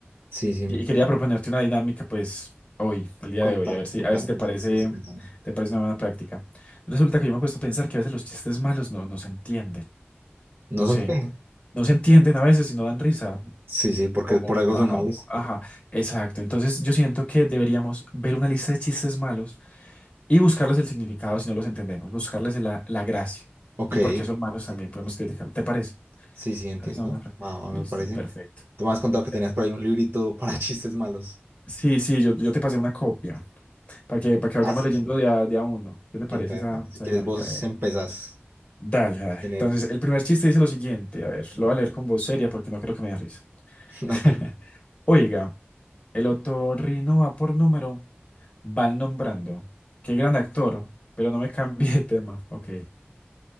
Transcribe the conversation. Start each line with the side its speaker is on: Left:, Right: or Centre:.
Right: Sí, sí,
Left: y, y quería proponerte una dinámica, pues, hoy, el día
Right: contame,
Left: de hoy, a ver si,
Right: contame,
Left: a ver si te
Right: ¿qué,
Left: parece,
Right: qué estoy pensando?
Left: te parece una buena práctica. Resulta que yo me he puesto a pensar que a veces los chistes malos no, no se entienden,
Right: ¿No
Left: no
Right: son
Left: sé,
Right: qué?
Left: no se entienden a veces y no dan risa.
Right: Sí, sí, porque
Left: O-
Right: por
Left: o-
Right: algo
Left: o,
Right: son
Left: ajá,
Right: malos.
Left: ajá, exacto. Entonces yo siento que deberíamos ver una lista de chistes malos y buscarles el significado si no los entendemos, buscarles la, la gracia.
Right: Ok,
Left: Y porque son malos
Right: ok,
Left: también
Right: entiendo.
Left: podemos criticarlo. ¿Te parece?
Right: Sí, sí, entiendo.
Left: ¿Cuál es la buena
Right: Va, va,
Left: Listo,
Right: me parece.
Left: perfecto.
Right: Tú me has contado que
Left: Perfecto.
Right: tenías por ahí un librito para <laughs> chistes malos.
Left: Sí, sí, yo, yo te pasé una copia para que, para que vayamos
Right: Ah, sí,
Left: leyendo
Right: sí.
Left: de a, de a uno. ¿Qué te parece
Right: Epa,
Left: esa,
Right: epa, Si
Left: esa
Right: quieres,
Left: dinámica?
Right: vos
Left: Eh,
Right: empezás
Left: dale, dale.
Right: a tener...
Left: Entonces, el primer chiste dice lo siguiente. A ver,
Right: Va,
Left: lo voy a leer con voz seria porque no creo que me dé risa.
Right: <laughs>
Left: <laughs>
Right: Ok.
Left: Oiga, el otorrino va por número, van nombrando. Qué gran actor, pero no me cambie de tema. Ok.